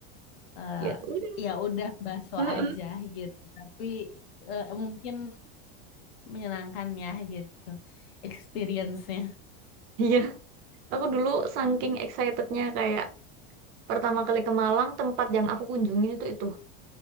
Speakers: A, on the left (about 70°); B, on the right (about 35°).
A: eh,
B: Ya udah.
A: ya udah bakso
B: Heeh.
A: aja gitu. Tapi eh, mungkin menyenangkan ya gitu experience-nya.
B: Iya, aku dulu saking excitednya kayak pertama kali ke Malang, tempat yang aku kunjungin itu itu